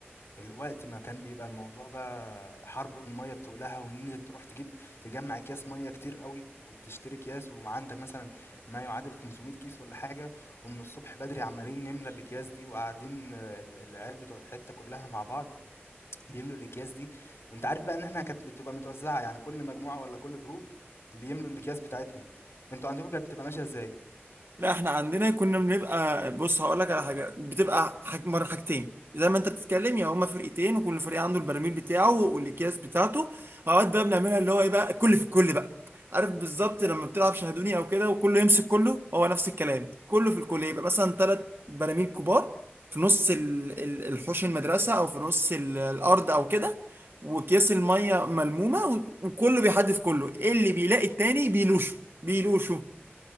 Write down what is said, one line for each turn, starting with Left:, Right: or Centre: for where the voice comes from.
Left: ال وقت ما كان بيبقى الموضوع بقى حرب المَيّة بتُقلها وإن أنت تروح تجيب تجمّع أكياس مَيّة كتير أوي وتشتري أكياس وعندك مثلًا ما يعادل 500 كيس والّا حاجة، ومن الصبح بدري عمّالين نملى الأكياس دي وقاعدين ال العيال بتوع الحتة كلها مع بعض. بيملوا الأكياس دي وأنت عارف بقى إن إحنا كانت بتبقى متوزعة يعني كل مجموعة ولا كل جروب بيملوا الأكياس بتاعتهم أنتوا عندكم كانت بتبقى ماشية إزاي؟
Right: لا احنا عندنا كنا بنبقى بص هقول لك على حاجه بتبقى حاج مر حاجتين زي ما انت بتتكلم يا هما فرقتين وكل فريق عنده البراميل بتاعه والاكياس بتاعته اوقات بقى بنعملها اللي هو ايه بقى الكل في الكل بقى عارف بالظبط لما بتلعب شاهدوني او كده وكله يمسك كله هو نفس الكلام كله في الكل يبقى مثلا ثلاث براميل كبار في نص ال- ال- الحوش المدرسه او في نص ال- الارض او كده واكياس الميه ملمومه و- وكله بيحدف كله إيه اللي بيلاقي التاني بيلوشه بيلوشه